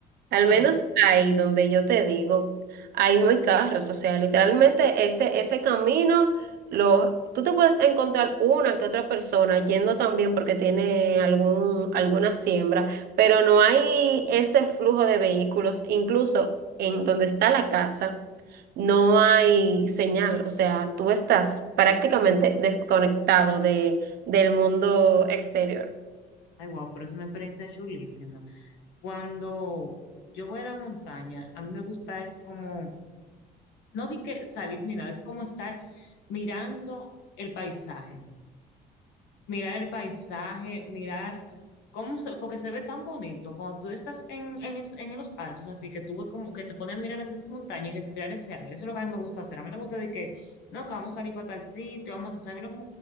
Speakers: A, on the right (about 65°); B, on the left (about 85°).
A: al
B: ajá.
A: menos ahí donde yo te digo, ahí no hay carros, o sea, literalmente ese, ese camino, lo, tú te puedes encontrar una que otra persona yendo también porque tiene algún, alguna siembra, pero no hay ese flujo de vehículos, incluso en donde está la casa. No hay señal, o sea, tú estás prácticamente desconectado de, del mundo exterior.
B: Ay, wow, pero es una experiencia chulísima. Cuando yo voy a la montaña, a mí me gusta es como, no di que salir ni nada, es como estar mirando el paisaje, mirar el paisaje, mirar cómo se, porque se ve tan bonito cuando tú estás en, en, es- en los altos, así que tú ves como que te ponen a mirar hacia esas montañas y respirar ese aire. Eso es lo que a mí me gusta hacer. A mí no me gusta de que, no, que vamos a salir para tal sitio, vamos a hacer, a mí lo que